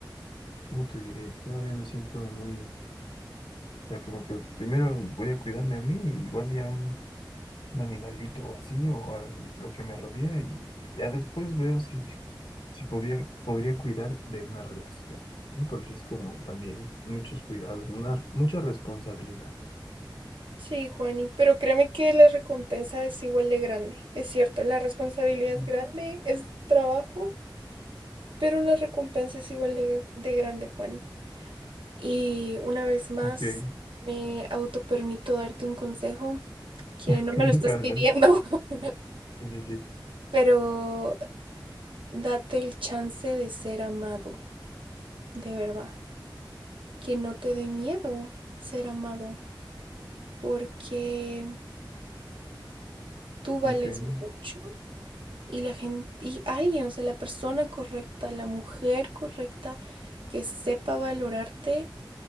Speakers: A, on the left; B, on the right.
A: ¿cómo te diré? Todavía me siento muy sea, como que primero voy a cuidarme a mí, igual y a un, un animalito o así, o a lo que me rodea, y, y ya después veo si, si podía, podría cuidar de una relación, ¿no? Porque es como también muchos cuidados, una, mucha responsabilidad.
B: Sí, Juani, pero créeme que la recompensa es igual de grande. Es cierto, la responsabilidad es
A: Mm.
B: grande, es trabajo, pero la recompensa es igual de, de grande, Juani. Y una vez más,
A: Ok,
B: me autopermito darte un consejo que
A: <laughs>
B: no me lo estás
A: adelante.
B: pidiendo, <laughs>
A: Sí, sí,
B: pero date el chance de ser amado, de verdad. Que no te dé miedo ser amado, porque tú vales
A: ok.
B: mucho y la gente, y alguien, o sea, la persona correcta, la mujer correcta que sepa valorarte,